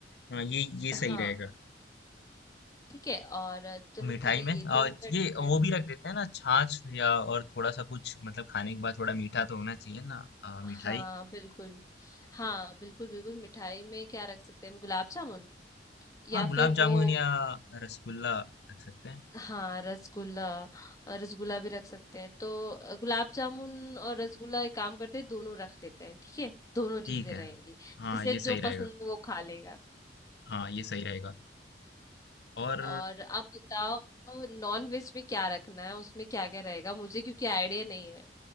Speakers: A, on the left; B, on the left.
A: हाँ, ये ये सही
B: हाँ
A: रहेगा।
B: ठीक है और चलो
A: मिठाई
B: ठीक है ये
A: में अ,
B: तो हो गया
A: ये वो भी रख देते हैं ना छाछ या और थोड़ा-सा कुछ मतलब खाने के बाद थोड़ा मीठा तो होना चाहिए ना अ,
B: हाँ
A: मिठाई।
B: बिल्कुल हाँ बिल्कुल बिल्कुल मिठाई में क्या रख सकते हैं हम गुलाब जामुन या
A: हाँ, गुलाब
B: फिर वो
A: जामुन या रसगुल्ला रख सकते हैं।
B: हाँ रसगुल्ला अ, रसगुल्ला भी रख सकते हैं तो अ, गुलाब जामुन और रसगुल्ला एक काम करते हैं दोनों रख लेते हैं ठीक है दोनों
A: ठीक
B: चीजें
A: है।
B: रहेंगी
A: हाँ,
B: जिसे
A: ये
B: जो
A: सही रहेगा।
B: पसंद हो वो खा लेगा
A: हाँ, ये सही रहेगा और
B: और आप बताओ नॉन वेज में क्या रखना है उसमें क्या क्या रहेगा मुझे क्योंकि आइडिया नहीं है